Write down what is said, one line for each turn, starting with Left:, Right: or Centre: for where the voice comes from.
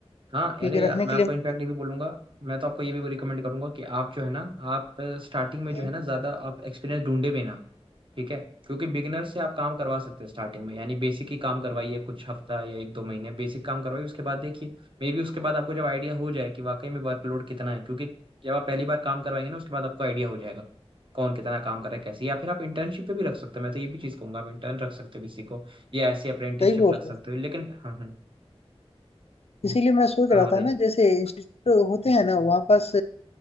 Right: हाँ
Left: क्योंकि
Right: अरे यार
Left: रखने
Right: मैं
Left: के
Right: आपको
Left: लिए
Right: इनफैक्ट ये भी बोलूंगा मैं तो आपको ये भी रिकमेंड करूंगा कि आप जो है ना आप स्टार्टिंग में
Left: हैं।
Right: जो है ना ज्यादा आप एक्सपीरियंस ढूंढे भी ना ठीक है क्योंकि बिगिनर से आप काम करवा सकते हैं स्टार्टिंग में यानी बेसिक ही काम करवाइए कुछ हफ्ता या एक दो महीने बेसिक काम करवाइए उसके बाद देखिए मे बी उसके बाद आपको जब आइडिया हो जाए कि वाकई में वर्कलोड कितना है क्योंकि जब आप पहली बार काम करवाएंगे ना उसके बाद आपको आइडिया हो जाएगा कौन कितना काम कर रहा है कैसे या फिर आप इंटर्नशिप पे भी रख सकते हो मैं तो ये भी चीज़ कहूंगा आप इंटर्न रख सकते हो किसी को या ऐसी अप्रेंटिसशिप
Left: सही बोल
Right: रख सकते
Left: रहे हैं
Right: हो लेकिन हाँ हाँ
Left: इसीलिए मैं सोच
Right: हाँ
Left: रहा
Right: बताइए
Left: था ना जैसे इंस्टीट्यूट होते हैं ना वहाँ पास